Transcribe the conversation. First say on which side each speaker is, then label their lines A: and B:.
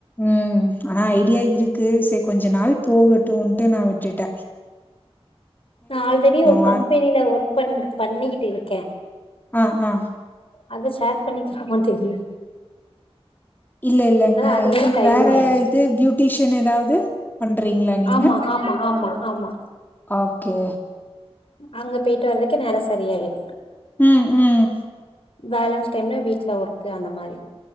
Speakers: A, on the left (about 20°); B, on the left (about 65°).
A: ம் ஆனா ஐடியா இருக்கு சேர் கொஞ்ச நாள் போகட்டுன்ட்டு நான் விட்டுட்ட
B: நான் ஆல்ரெடி ஒரு
A: வார்
B: கம்பெனில ஒர்க் பண் பண்ணிக்கிட்டு இருக்கே
A: அ ஆ
B: அத ஷேர் பண்ணிக்குலாமான் தெரில
A: இல்ல இல்லங்க
B: அதுலயு
A: இது
B: டைம்
A: வேற
B: ஆயிரு
A: இது பியூட்டிஷன் எதாவ்து பண்றீங்ளா நீ
B: ஆமா ஆமா ஆமா ஆமா
A: ஓகே
B: அங்க போய்ட்டு வர்துக்கே நேரோ சரியாய்ரு
A: ம் ம்
B: பேலன்ஸ் டைம்ல வீட்ல ஒர்க்கு அந்த மாரி